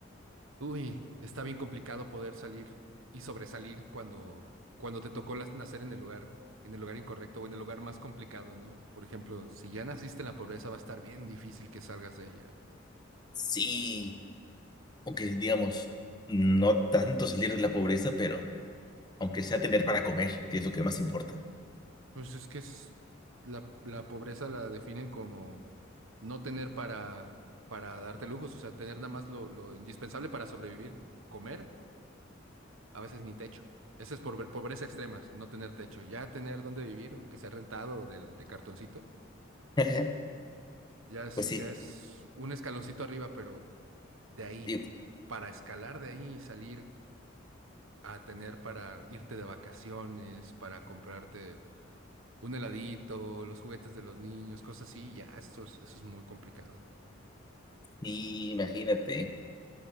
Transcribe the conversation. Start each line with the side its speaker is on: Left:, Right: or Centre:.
Right: uy, está bien complicado poder salir y sobresalir cuando, cuando te tocó las- nacer en el lugar, en el lugar incorrecto o en el lugar más complicado, ¿no? Por ejemplo, si ya naciste en la pobreza, va a estar bien difícil que salgas de ella.
Left: Sí, aunque digamos, no tanto salir de la pobreza, pero aunque sea tener para comer, que es lo que más importa.
Right: Pues es que es, la, la pobreza la definen como no tener para, para darte lujos, o sea, tener nada más lo, lo indispensable para sobrevivir, comer a veces ni techo. Esa es pobre- pobreza extrema, no tener techo. Ya tener dónde vivir, aunque sea rentado o del- de cartoncito,
Left: <laughs>
Right: ya es,
Left: Pues sí,
Right: ya es un escaloncito arriba, pero de ahí,
Left: y-
Right: para escalar de ahí y salir a tener para irte de vacaciones, para comprarte un heladito, los juguetes de los niños, cosas así, ya eso es, eso es muy complicado.
Left: y imagínate,